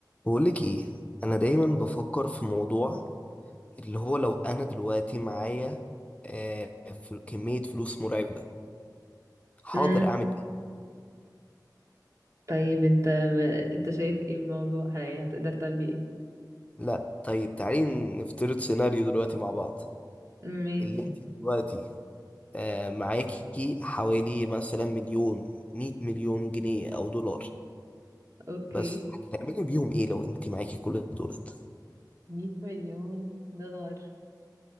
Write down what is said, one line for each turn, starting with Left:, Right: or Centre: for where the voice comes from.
Left: بقولك ايه انا دايما بفكر في موضوع اللي هو لو انا دلوقتي معايا آه في كمية فلوس مرعبة حاضر
Right: امم
Left: اعمل ايه
Right: طيب انت ب... انت شايف ايه الموضوع هي هتقدر تعمل ايه
Left: لا طيب تعالي نفترض سيناريو دلوقتي مع بعض
Right: ماشي
Left: اللي انت دلوقتي آه معاكي حوالي مثلا مليون مية مليون جنيه او دولار
Right: اوكي
Left: بس هتعملي بيهم ايه لو انت معاكي كل دولت
Right: 100 مليون دولار